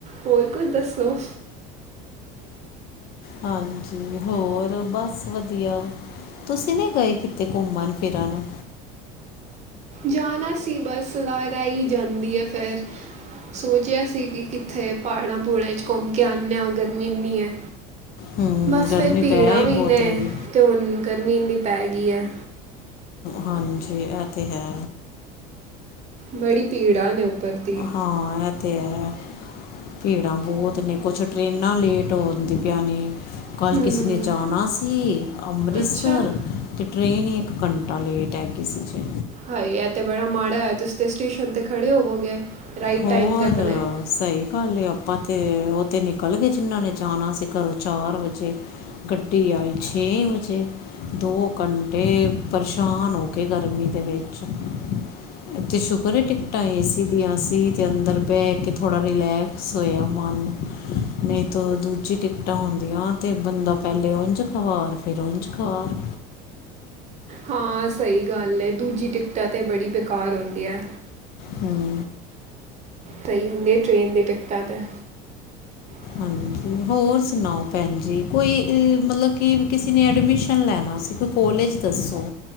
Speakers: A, on the right; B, on the left.
A: ਹੋਰ ਕੁਝ ਦੱਸੋ।
B: ਹਾਂਜੀ, ਹੋਰ ਬਸ ਵਧੀਆ। ਤੁਸੀਂ ਨੀ ਗਏ ਕਿਤੇ ਘੁੰਮਣ ਫਿਰਨ।
A: ਜਾਣਾ ਸੀ ਬੱਸ ਸਲਾਹ ਰਹਿ ਹੀ ਜਾਂਦੀ ਹੈ ਫੇਰ। ਸੋਚਿਆ ਸੀ ਕਿ ਕਿੱਥੇ ਪਹਾੜਾਂ ਪੂੜਾਂ ਚ ਘੁੰਮ ਕੇ ਆਨੇ ਆ ਗਰਮੀ ਇੰਨੀ ਏ।
B: ਹੂੰ
A: ਬਸ
B: ਗਰਮੀ
A: ਫੇਰ ਭੀੜਾਂ
B: ਪੈ ਹੀ
A: ਵੀ
B: ਬਹੁਤ
A: ਨੇ
B: ਰਹੀ ਹੈ
A: ਤੇ ਹੁਣ ਕਰਨੀ ਇੰਨੀ ਪੈ ਗਈ ਹੈ।
B: ਹਾਂਜੀ ਇਹ ਤਾਂ ਹੈ।
A: ਬੜੀ ਪੀੜਾਂ ਨੇ ਉੱਪਰ ਦੀ।
B: ਹਾਂ ਇਹ ਤੇ ਹੈ। ਭੀੜਾਂ ਬਹੁਤ ਨੇ ਕੁਛ ਟਰੇਨਾਂ ਲੇਟ ਹੁੰਦੀ ਪਈਆ ਨੇ। ਕੱਲ੍ਹ
A: ਹਮ
B: ਕਿਸੇ ਨੇ ਜਾਣਾ ਸੀ ਅੰਮ੍ਰਿਤਸਰ
A: ਅੱਛਾ
B: ਤੇ ਟ੍ਰੇਨ ਹੀ ਇੱਕ ਘੰਟਾ ਲੇਟ ਹੈਗੀ ਸੀ ਜੇ।
A: ਹਾਈ ਇਹ ਤੇ ਬੜਾ ਮਾੜਾ ਹੈ ਤੁਸੀ ਤੇ ਸਟੇਸ਼ਨ ਤੇਤੇ ਖੜੇ ਹੋਵੋਗੇ ਰਾਈਟ
B: ਹੋਰ
A: ਟਾਈਮ ਤੇ ਆਪਣੇ।
B: ਸਹੀ ਗੱਲ ਹੈ ਆਪਾਂ ਤਾਂ ਉਹ ਤਾਂ ਨਿਕਲ ਗਏ ਜਿਨ੍ਹਾਂ ਨੇ ਜਾਣਾ ਸੀ ਘਰੋਂ ਚਾਰ ਵਜੇ। ਗੱਡੀ ਆਈ ਛੇ ਵਜੇ। ਦੋ ਘੰਟੇ ਪਰੇਸ਼ਾਨ ਹੋ ਕੇ ਗਰਮੀ ਦੇ ਵਿੱਚ। ਐ ਤੇ ਸ਼ੁਕਰ ਏ ਟਿਕਟਾਂ ਏ ਸੀ ਦੀਆ ਸ ਤੇ ਅੰਦਰ ਬਹਿ ਕੇ ਥੋੜਾ ਰਿਲੈਕਸ ਹੋਇਆ ਮਨ ਨਹੀਂ ਤਾ ਦੂਜੀ ਟ ਟਾਂ ਹੁੰਦੀਆਂ ਤੇ ਬੰਦਾ ਪਹਿਲੇ ਉੰਝ ਖਵਾਰ ਫਿਰ ਉੰਝ ਖਾਰ।
A: ਹਾਂ ਸਹੀ ਗੱਲ ਹੈ ਦੂਜੀ ਟਿਕਟਾ ਤਾ ਬੜੀ ਬੇਕਾਰ ਹੁੰਦੀਆ।
B: ਹਮ
A: ਪਹੀ ਹੁੰਦੇ ਟ੍ਰੇਨ ਦੀ ਟਿਕਟਾਂ ਤੇ। <inaudible>
B: ਹਾਂਜੀ ਹੋਰ ਸੁਣਾਓ ਭੈਣ ਜੀ ਕੋਈ ਮਤਲਬ ਕਿ ਕਿਸੇ ਨੇ ਐਡਮਿਸ਼ਨ ਲੈਣਾ ਸੀ ਕੁ ਕੋਲੇਜ ਦੱਸੋ।